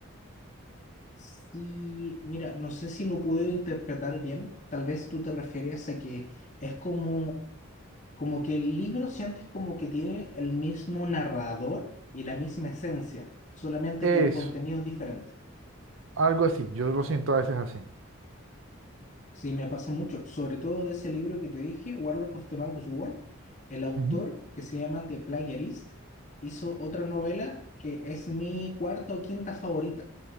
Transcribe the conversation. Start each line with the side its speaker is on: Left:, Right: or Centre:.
Left: Sí, mira, no sé si lo puedo interpretar bien. Tal vez tú te referías a que es como, como que el libro sientes como que tiene el mismo narrador y la misma esencia, solamente
Right: Eso,
Left: que el contenido es diferente.
Right: algo así, yo lo siento a veces así.
Left: Sí, me pasa mucho, sobre todo de ese libro que te dije, Warlock of the Magus World. El autor,
Right: Ujú.
Left: que se llama The Plagiarist, hizo otra novela que es mi cuarta o quinta favorita.